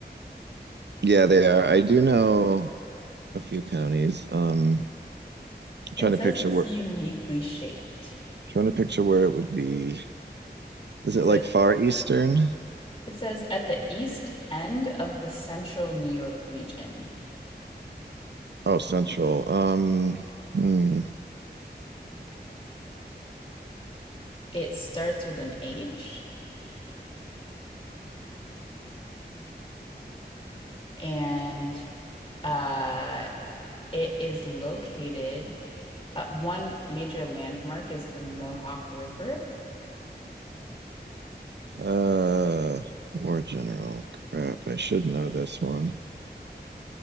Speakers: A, on the right; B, on the left.
A: Yeah, they are. I do know a few counties. Um,
B: It
A: trying
B: says
A: to picture
B: it's
A: where
B: uniquely shaped.
A: trying to picture where it would be. Is
B: So
A: it like far eastern?
B: it says at the east end of the central New York region.
A: Oh, central. Um, hmm.
B: It starts with an H and, uh, it is located uh, one major landmark is the Mohawk River.
A: Uh, war general. Crap, I should know this one.